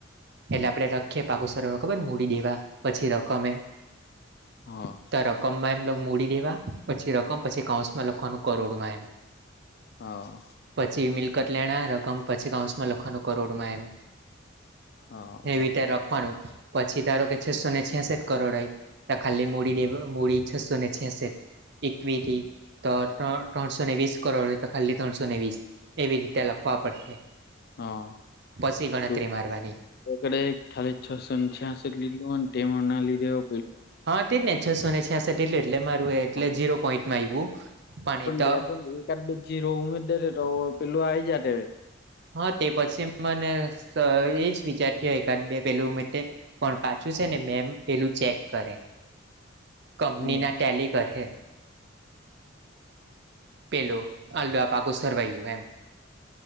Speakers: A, on the right; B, on the left.
A: એટલે આપડે રાખીએ પાકુ સરવૈયો ખબર મૂડી દેવા પછી રકમ એમ.
B: હા.
A: તા રકમ માં એમ મૂડી દેવા પછી રકમ પછી કાઉન્સમાં લખવાનું કરોડમાં એમ.
B: હા.
A: પછી મિલકત લેણા રકમ પછી કાઉસમાં લખવાનું કરોડમાં એમ.
B: હા
A: ને
B: બરાબર.
A: એવી રીતે રાખવાનું પછી ધારો કે છસો ને છેાસઠ કરોડ હોય ખાલી મૂડી દે મૂડી છસો ને છેસઠ. ઇક્વિટી તો તો ત્રણસો ને વીસ કરોડે તો ખાલી ત્રણસો ને વીસ. એવી રીતે લખવા પડશે.
B: હા
A: પછી ગણતરી
B: તુ
A: મારવાની
B: એે <unintelligible> ખાલી છસો ને છ્યાસઠ લીધેલું હોય ને તેમના લીધેઓ
A: હા તેજ ને છસો ને છ્યાસઠટું એટલે મારું એટલે
B: તું
A: ઝીરો પોઈન્ટ માં આવું પણ ઈ તો
B: બે ત્રણ એકાદ બે ઝીરો ઉમેર દેતે તો પેલુ આઈ જાતે.
A: હા તે પછી મને સા એજ વિચાર થયો એકાદ બે પેલું માટે. પણ પાછું છે ને મેમ પેલું ચેક કરે. કંપની
B: હમ
A: ના ટેલી કર હે. પેલું આલુ આ પાકું સરવૈયું એમ.